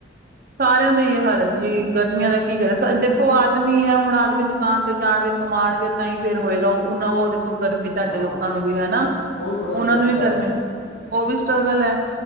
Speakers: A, on the right; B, on the left.
A: ਸਾਰਿਆਂ ਦਾ ਇਹੋ ਹਾਲ ਹੈ ਜੀ ਗਰਮੀਆਂ ਦਾ ਕੀ ਕਹਿ ਦੇਖੋ ਆਦਮੀ ਹੈ ਹੁਣ ਆਦਮੀ ਦੁਕਾਨ ਤੇ ਜਾਣਗੇ ਕਮਾਉਣਗੇ ਤਾਂ ਹੀ ਫੇਰ ਹੋਏਗਾ ਉਨਾ ਉਹ ਦੇਖੋ ਗਰਮੀ ਤੁਹਾਡੇ
B: ਹਾਂ,
A: ਲੋਕਾਂ ਨੂੰ ਵੀ ਹੈ ਨਾ
B: ਉਹ ਵੀ ਬੜਾ
A: ਉਹਨਾਂ
B: ਸਟਰਗਲ
A: ਨੂੰ ਵੀ
B: ਕਰ
A: ਗਰਮੀ
B: ਰਹੇ ਨੇ,
A: ਉਹ ਵੀ ਸਟਰਗਲ ਹੈ